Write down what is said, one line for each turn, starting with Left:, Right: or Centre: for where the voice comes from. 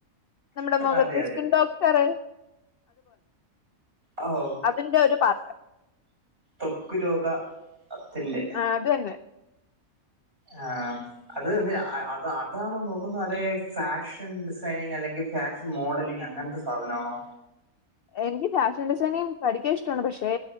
Left: നമ്മുടെ മൊഖത്ത്
Right: അതെ
Left: സ്കിൻ ഡോക്ടറ്.
Right: ഓഹ്
Left: അതിന്റെ ഒരു പാർട്ട്
Right: ത്വക്കു രോഗത്തിൻ്റെ.
Left: ആഹ അത് ന്നെ.
Right: ആഹ് അത് ന്നേ അതാണോ നോക്കുന്നത് അതെ ഫാഷൻ ഡിസൈനിങ് അല്ലെങ്കിൽ ഫാഷൻ മോഡലിംഗ് അങ്ങനത്തെ സാധനം ആണോ?
Left: എനിക്ക് ഫാഷൻ ഡിസൈനിനങ്ങ്‌ പഠിക്കാൻ ഇഷ്ടിണ് പക്ഷെ.